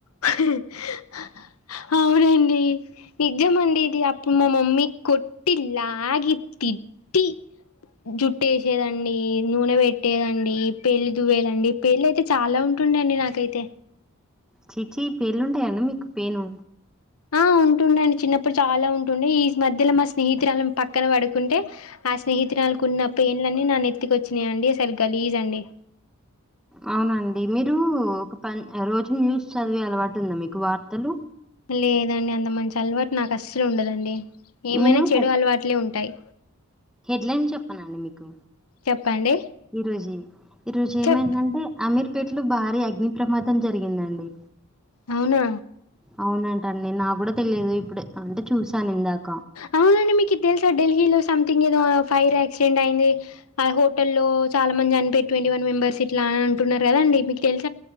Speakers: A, on the left (about 85°); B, in the centre.
A: హాహా అవునండి నిజం అండేది అప్పుడు మా మమ్మీ కొట్టి లాగి తిట్టి జుట్టేసేదండి నూనె పెట్టేదండి పేల్ దువ్వేదండి పేల్ అయితే చాలా ఉన్ టుండే అండి నాకైతే
B: చీచీ ఈ పెళ్ళుంటాయ. అన్ డి మీకు పేను
A: ఆ వు ఉంటుండే అండి చిన్నప్పుడు చాలా ఉంటుండే ఈ మధ్యలో మా స్నేహితురాలు పక్కన పడుకుంటే ఆ స్నేహితురా తనకు ఉన్న పేలు అన్నీ నా నెత్తికొచ్చినాయండి అసలు గలీజ్ అండి
B: అవునండి మీరు ఒక ప రోజు న్యూస్ చదివే అలవాటు ఉందా మీకు వార్తలు
A: లేదండి అంత మంచి అలవాటు నాకు అస్సలు ఉండదండి ఏమైనా
B: నేను
A: చెడు
B: హెడ్
A: అలవాట్లే ఉంటాయి
B: హెడ్లైన్ చెప్పన అండి మీకు
A: చెప్పండి
B: ఈ రోజు ఈరోజు ఏమైందంటే
A: చెప్
B: అమీర్ పేట్లు భారీ అగ్ని ప్రమాదం జరిగిందండి
A: అవునా
B: అవునంటండి నా కూడా తెలియదు ఇప్పుడు అంటే చూశాను ఇందాక
A: అవునండి మీకు ఇది తెల్సా ఢిల్లీలో సంథింగ్ ఏదో ఫైర్ యాక్సిడెంట్ అయింది ఆ హోట లో చాలా మంది చనిపారు ట్వంటీ వన్ మెంబెర్స్ ఇట్లా అని అంటున్నారు కదాండి మీకు తెలిసి